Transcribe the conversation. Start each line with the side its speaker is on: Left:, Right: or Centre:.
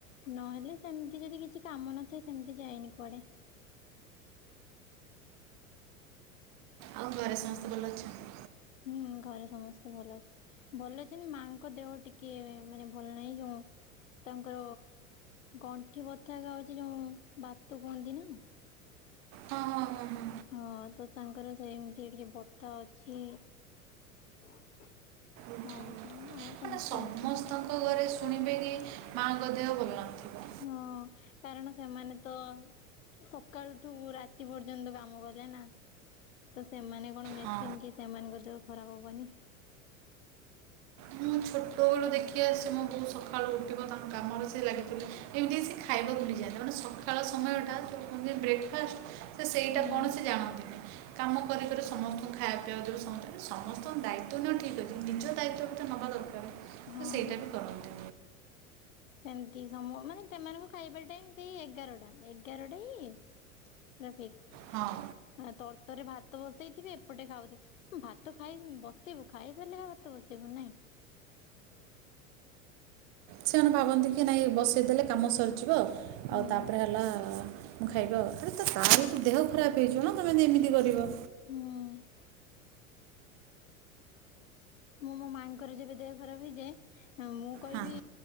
Left: ନହେଲେ ସେମିତି ଯଦି କିଛି କାମ ନଥାଏ ସେମିତି ଯାଏନି କୁଆଡେ।
Right: ଆଉ ଘରେ ସମସ୍ତେ ଭଲ ଅଛନ୍ତି?
Left: ହୁଁ, ଘରେ ସମସ୍ତେ ଭଲ ଅଛନ୍ତି। ଭଲ ଅଛି ମାଙ୍କ ଦେହ ଟିକେ ମାନେ ଭଲ ନାହିଁ ତ ତାଙ୍କ ଗଣ୍ଠି ବଥା ବାହାଚି ଯୋଉ ବାତ କୁହନ୍ତି ନା।
Right: ହଁ ହଁ ହଁ।
Left: ହଁ, ତ ତାଙ୍କର ସେମିତି ଟିକେ ବଥା ଅଛି! ଆଉ
Right: ହଁ ହଁ
Left: କଣ ଆଉ ସେମିତି
Right: ମାନେ
Left: ସମସ୍ତେ
Right: ସମସ୍ତଙ୍କ
Left: ଭଲ ଅଛି।
Right: ଘରେ ଶୁଣିବେ କି ମାଆଙ୍କ ଦେହ ଭଲ ନଥିବ।
Left: ହଁ କାରଣ ସେମାନେ ତ ତ ସକାଳୁଠୁ ରାତି ପର୍ଯ୍ୟନ୍ତ କାମ କରେ ନା। ତ ସେମାନେ କଣ ମେସିନ୍
Right: ହଁ
Left: କି ସେମାନଙ୍କ ଦେହ ଖରାପ୍ ହବନି।
Right: ମୁଁ ଛୋଟବେଳୁ ଦେଖି ଆସୁଛି ମୋ ବୋଉ ସକାଳୁ ଉଠିବ ତାଙ୍କ କାମରେ ଏମିତି କି ସେ ଖାଇବା ଭୁଲିଯାଆନ୍ତି ମାନେ ସଖାଳ ସମୟଟା କୁନ୍ତି ବ୍ରେକ୍ଫାଷ୍ଟେ ସେଇଟା
Left: ହୁଁ
Right: କୌଣସି ଜାଣନ୍ତିନି କାମ କରିକରି ସମସ୍ତଙ୍କୁ ଖାଇବା ପିବାକୁ ଦେିବ ସମସ୍ତେ ସମସ୍ତଙ୍କ ଦାୟିତ୍ୱ ନିଅ ଠିକ୍ ଅଛି ନିଜ ଦାୟିତ୍ୱ ତ ନବା ଦରକାର ତ
Left: ହଁ।
Right: ସେଇଟା କୁ କରନ୍ତି।
Left: ଏମତି ସମରେ ସିମାନେ ମାନେ ସେମାନଙ୍କୁ ଖାଇବା ଟାଇମ ସେଇ ଏଗାରଟା ଏଗାରଟା ଯେ ଟ୍ରାଫିକ୍।
Right: ହଁ।
Left: ଆ ତରତରେ ଭାତ ବସେଇଥିବେ ଏପଟେ ଖାଉଥିବେ। ଭାତ ଖାଇ ବସିବୁ ଖାଇସାରିଲେ ଭାତ ବସିବୁ ନାଇଁ
Right: ସେମାନେ ଭାବନ୍ତି କି ନାଇଁ ବସେଇ ଦେଲେ କାମ ସରିଯିବ
Left: ହୁଁ
Right: ଆଉ ତାପରେ ହେଲା ମୁଁ ଖାଇବା ଆ ଆରେ ତ ତାହେଲେ ତ ଦେହ ଖରାପେ ହେଇଯିବ ନା ତମେ ଏମିତି କରିବ।
Left: ହୁଁ। ମୁଁ ମୋ ମାଆ ଙ୍କର ଯେବେ ଦେହ ଖରାପେ ହେଇଯାଏ ମୁଁ କହିବି
Right: ହଁ